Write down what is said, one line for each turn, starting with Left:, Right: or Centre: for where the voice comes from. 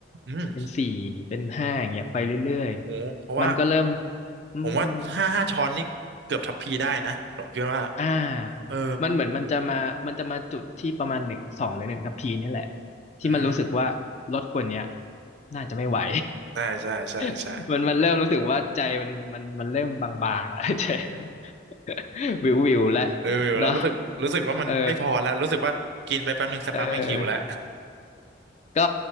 Right: อืม
Left: เป็นสี่เป็นห้าอย่างเงี้ยไปเรื่อยๆมันก็เริ่ม
Right: โอ้เพราะว่า
Left: อืม
Right: ผมว่าห้าห้าช้อนนี่เกือบทัพพีได้นะผมคิดว่า
Left: อ่า
Right: เออ
Left: มันเหมือนมันจะมามันจะมาจุดที่ประมาณหนึ่งสองหรือหนึ่งทัพพีนี่แหละที่มันรู้สึกว่าลดกว่าเนี้ย
Right: อืม
Left: น่าจะไม่ไหว
Right: ใช่ใช่ใช่ใช่
Left: <laughs> มันมันเริ่มรู้สึกว่าใจมันมันมันเริ่มบางๆแล้วใจ <laughs> วิววิวๆแล้ว
Right: เอออยู่แล้วรู้สึกรู้สึกว่ามันไม่พอแล้วรู้สึกว่ากินไปแป๊บหนึ่งสักพักแม่งหิวแล้ว
Left: เนาะเออ เออก็